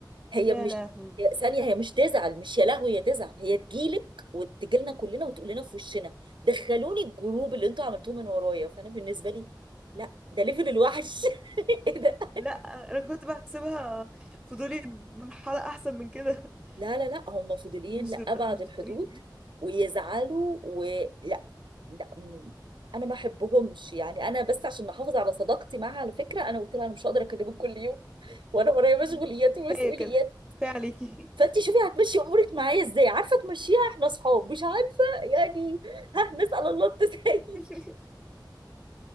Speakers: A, on the right; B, in the centre.
A: هي
B: يا
A: مش
B: لهوي
A: هي- ثانية هي مش تزعل مش يا لهوي هي تزعل هي تجيلك وتجيلنا كلنا وتقول لنا في وشنا دخلوني الجروب اللي انتوا عملتوه من ورايا فأنا بالنسبة لي لا ده ليفل الوحش <laughs>
B: لا انا كنت بحسبها فضولي مرحلة احسن من كده <laughs>
A: لا لا لا هم فضوليين
B: مش
A: لأبعد
B: لد... مش بالطريقة
A: الحدود
B: دي
A: ويزعلوا ولا لا م- انا ما بحبهمش يعني انا بس عشان احافظ على صداقتي معاها على فكره انا قلت لها انا مش هقدر اكلمك كل يوم وانا ورايا
B: مم.
A: مشغوليات ومسؤوليات
B: كفاية كده كفاية عليكي
A: فانت شوفي هتمشي امورك معايا ازاي عارفه تمشيها احنا اصحاب مش عارفه يعني ها نسال الله التسهيل
B: <laughs>